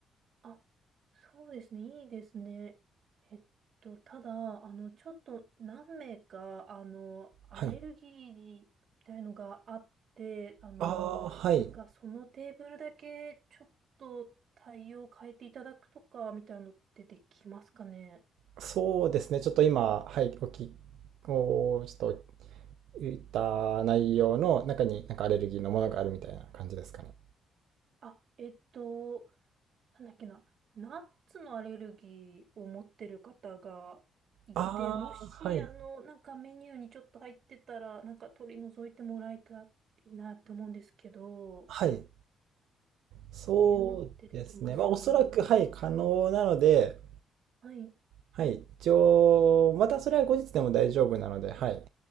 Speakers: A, on the right; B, on the right.
A: あ、そうですね。いいですね。えっと、ただ、あの、ちょっと何名か、あの、アレルギーみたいのがあって、
B: はい
A: あの、
B: ああはい
A: なんかそのテーブルだけちょっと対応変えていただくとか、みたいなのってできますかね。
B: そうですねちょっと今はいお聞きおちょっと言った内容の中になんかアレルギーのものがあるみたいな感じですかね
A: あ、えっと、なんだっけな、ナッツのアレルギーを持ってる方がいて、
B: ああはい
A: もし、あの、なんかメニューにちょっと入ってたら、なんか取り除いてもらえたらいいなって思うんですけど、こ
B: はいそうですね。
A: ういうのってできます
B: まあ、おそらく、はい、可能なので、
A: はい、
B: はい、一応、またそれは後日でも大丈夫なので、はい、